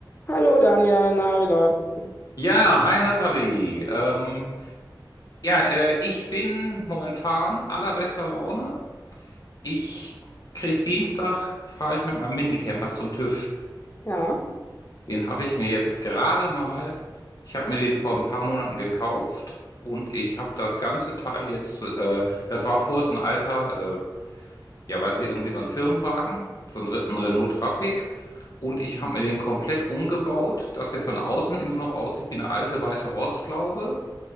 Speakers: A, on the left (about 30°); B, on the left (about 50°).
A: Hallo Daniel, na, wie läuft's?
B: Ja, hi Nathalie. Ähm, ja, äh, ich bin momentan allerbester Laune. Ich krieg Dienstag, fahre ich mit meinem Minicamper zum TÜV.
A: Ja,
B: Den habe ich mir jetzt gerade mal, ich habe mir den vor ein paar Monaten gekauft und ich habe das ganze Teil jetzt, äh, das war vor so ein alter, äh, ja weiß ich, irgendwie so ein Firmenwagen, so ein, Re- ein Renault Traffic. Und ich habe mir den komplett umgebaut, dass der von außen immer noch aussieht wie eine alte weiße Rostlaube.